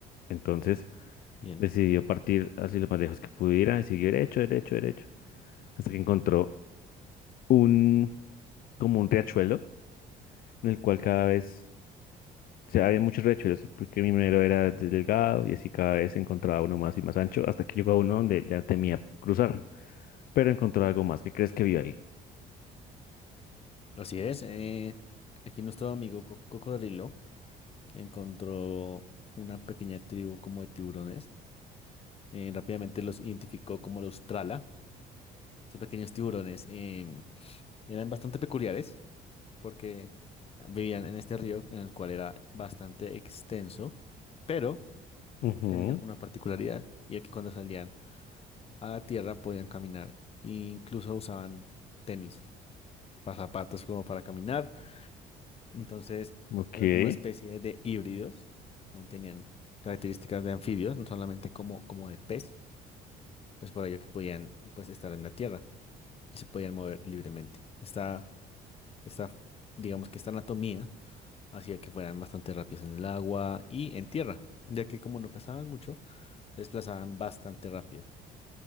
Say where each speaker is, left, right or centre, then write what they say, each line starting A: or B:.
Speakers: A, on the left; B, on the left.
A: Entonces
B: bien.
A: decidió partir así lo más lejos que pudiera y siguió derecho, derecho, derecho hasta que encontró un, como un riachuelo, en el cual cada vez, o sea, había muchos riachuelos, porque mi primero era delgado y así cada vez encontraba uno más y más ancho, hasta que llegó a uno donde ya temía cruzar, pero encontró algo más. ¿Qué crees que vio ahí?
B: Así es. eh, aquí nuestro amigo Co- Cocodrilo encontró una pequeña tribu como de tiburones. eh, rápidamente los identificó como los Trala. Estos pequeños tiburones em, eran bastante peculiares porque vivían en este río en el cual era bastante extenso, pero
A: Ujú,
B: tenían una particularidad y era que cuando salían a la tierra podían caminar e incluso usaban tenis, pa- zapatos como para caminar, entonces
A: ok,
B: eran como una especie de híbridos, también tenían características de anfibios, no solamente como, como de pez, pues por ello que podían pues estar en la tierra y se podían mover libremente. Está Esta, digamos que esta anatomía hacía que fueran bastante rápidos en el agua y en tierra, ya que como no pesaban mucho, se desplazaban bastante rápido.